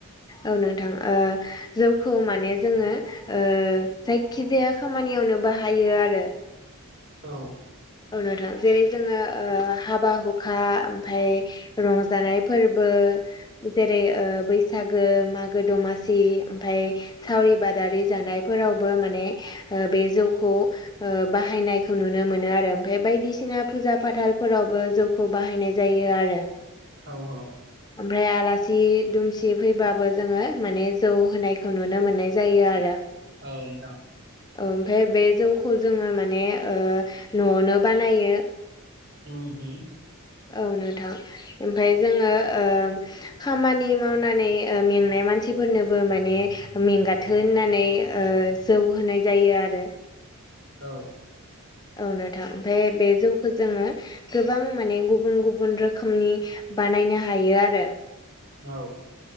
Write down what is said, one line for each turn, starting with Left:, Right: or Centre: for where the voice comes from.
Left: औ नोंथां ओ जौखौ माने जोङो ओ जायखिजाया खामानियावनो बाहायो आरो
Right: औ
Left: औ नोंथां जेरै जोङो हाबा हुखा ओमफाय रंजानाय फोरबो जेर जे ओे बैसागो मागो दमासि ओमफाय सावरि बादारि जानायफोरावबो माने ओ बे जौखौ ओ बाहायनायखौ नुनो मोनो आरो ओमफाय बायदिसिना फुजा फाथालफोरावबो जौखौ बाहायनाय जायो आरो
Right: औ औ
Left: ओमफ्राय आलासि दुमसि फैबाबो जोङो माने जौ होनायखौ नुनो मोननाय जायो आरो
Right: औ नोंथां
Left: ओमफ्राय बे जौखौ जोङो माने ओ न'आवनो बानायो
Right: उम उम
Left: औ नोंथां ओमफाय जोङो ओ खामानि मावनानै मेंनाय मानसिफोरनोबो माने मेंगाथो होननानै ओ जौ होनाय जायो आरो
Right: औ
Left: औनो थां ओमफ्राय बे जौखौ जोङो गोबां माने गुबुन गुबुन रोखोमनि बानायनो हायो आरो
Right: औ